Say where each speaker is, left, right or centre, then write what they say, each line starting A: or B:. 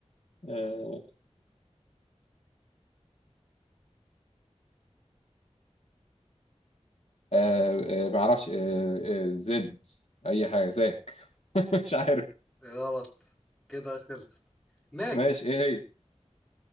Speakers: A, on the left; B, in the centre.
A: <laughs> آه، آه آه معرفش آه آه زد اي حاجه زاك <laughs> مش عارف
B: غلط كده خلصت ماك
A: ماشي ايه هي